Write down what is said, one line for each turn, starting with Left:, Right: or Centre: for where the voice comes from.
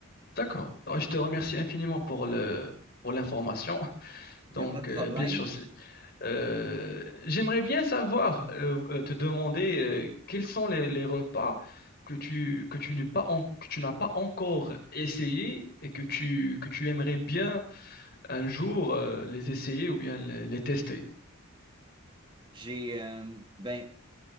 Left: d'accord. Alors, Je te remercie infiniment pour le, pour l'information. Donc,
Right: Il n'y a pas de problème.
Left: euh, bien sûr, c'est- euh, j'aimerais bien savoir, euh, euh, te demander, euh, quels sont les, les repas que tu, que tu n'as pas, en- que tu n'as pas encore essayé et que tu, que tu aimerais bien un jour euh, les essayer ou bien les, les tester.
Right: J'ai, euh, ben,